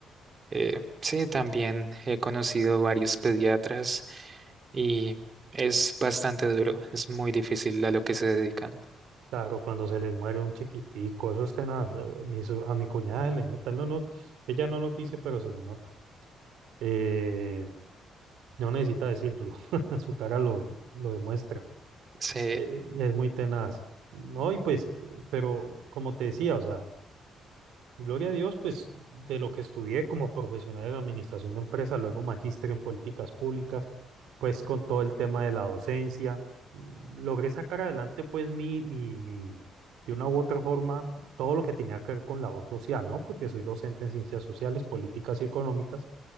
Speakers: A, on the right; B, on the right.
A: eh, sí, también he conocido varios pediatras y es bastante duro. Es muy difícil a lo que se dedican.
B: Claro, cuando se les muere un chiquitico, eso es tenaz. yo- A mi, so- a mi cuñada se le nota, él no nos- ella no nos dice, pero se le nota. Eh, no necesita decírtelo, <laughs> su cara lo, lo demuestra.
A: Sí.
B: Eh, es muy tenaz. No, y pues, eh, pero como te decía, o sea, Gloria a Dios, pues de lo que estudié como profesional en administración de empresas, luego magíster en políticas públicas, pues con todo el tema de la docencia, mm, logré sacar adelante pues mi, mi, mi, de una u otra forma, todo lo que tenía que ver con labor social, ¿no? Porque soy docente en ciencias sociales, políticas y económicas,